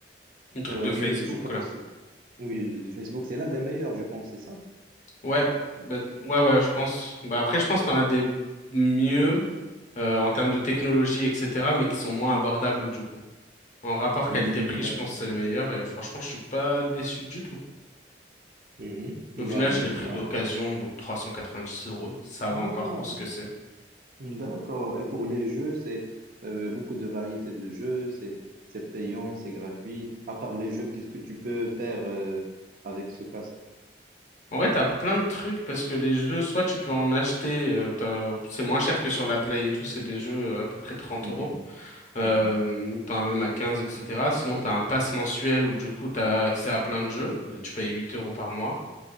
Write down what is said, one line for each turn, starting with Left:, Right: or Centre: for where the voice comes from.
Left: un truc
Right: euh,
Left: de
Right: oui,
Left: Facebook,
Right: oui, je connais
Left: quoi.
Right: ce... Oui, de de Facebook, c'est l'un des meilleurs, je pense, c'est ça?
Left: Ouais, bah, ouais, ouais, je pense. Bah, après, je pense que t'en as des mieux euh, en termes de technologie, etc., mais qui sont moins abordables du coup. En rapport
Right: Hum,
Left: qualité-prix,
Right: d'accord.
Left: je pense que c'est le meilleur et franchement, je suis pas déçu du tout.
Right: Mhm.
Left: Au final,
Right: Bah,
Left: je l'ai pris
Right: bah,
Left: d'occasion, donc 390 euros, ça
Right: Ah,
Left: va encore pour ce que c'est.
Right: d'accord. Et pour les jeux, c'est euh, beaucoup de variétés de jeux, c'est c'est payant, c'est gratuit. À part les jeux, qu'est-ce que tu peux faire euh, avec ce casque?
Left: En vrai, t'as plein de trucs parce que les jeux, soit tu peux en acheter, euh, t'as- c'est moins cher que sur la Play et tout, c'est des jeux euh, à peu près trente
Right: Hum,
Left: euros.
Right: hum.
Left: euh,
Right: Mm.
Left: t'en as même à 15, etc. Sinon, t'as un pass mensuel où du coup, t'as accès à plein de jeux. Et Tu payes 8 euros par mois.